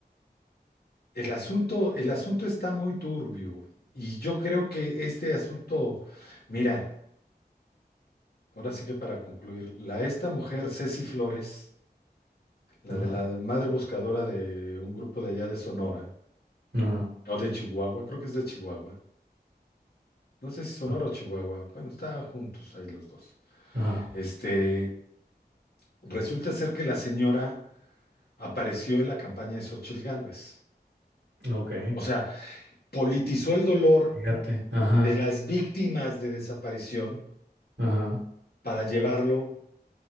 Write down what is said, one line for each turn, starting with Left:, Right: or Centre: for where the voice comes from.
Left: el asunto, el asunto está muy turbio y yo creo que este asunto, mira, ahora sí que para concluir, la esta mujer Ceci Flores La
Right: Ajá,
Left: de la madre buscadora de un grupo de allá de Sonora,
Right: ajá,
Left: o de Chihuahua, creo que es de Chihuahua. No sé si Sonora
Right: ah,
Left: o Chihuahua. Bueno, estaban juntos ahí los dos.
Right: ajá,
Left: Este, resulta ser que la señora apareció en la campaña de Xóchitl Gálvez.
Right: ok,
Left: O sea, politizó el dolor
Right: fíjate, ajá,
Left: de las víctimas de desaparición
Right: ajá.
Left: para llevarlo